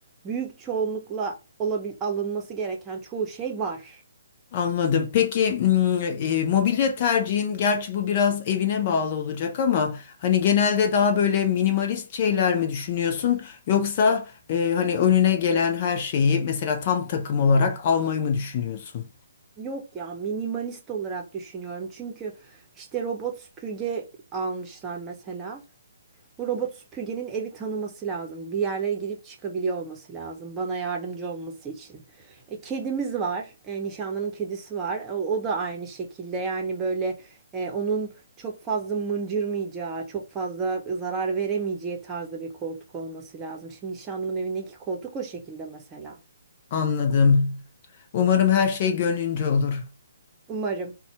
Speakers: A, on the right; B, on the left.
A: büyük çoğunlukla olabil alınması gereken çoğu şey var.
B: Anladım. Peki m, e, mobilya tercihin gerçi bu biraz evine bağlı olacak ama hani genelde daha böyle minimalist şeyler mi düşünüyorsun yoksa e, hani önüne gelen her şeyi mesela tam takım olarak almayı mı düşünüyorsun?
A: Yok ya minimalist olarak düşünüyorum. Çünkü işte robot süpürge almışlar mesela. Bu robot süpürgenin evi tanıması lazım. Bir yerlere girip çıkabiliyor olması lazım. Bana yardımcı olması için. E, kedimiz var. E, nişanlımın kedisi var. E, o da aynı şekilde. Yani böyle e, onun çok fazla mıncırmayacağı, çok fazla zarar veremeyeceği tarzda bir koltuk olması lazım. Şimdi nişanlımın evindeki koltuk o şekilde mesela.
B: Anladım. Umarım her şey gönlünce olur.
A: Umarım.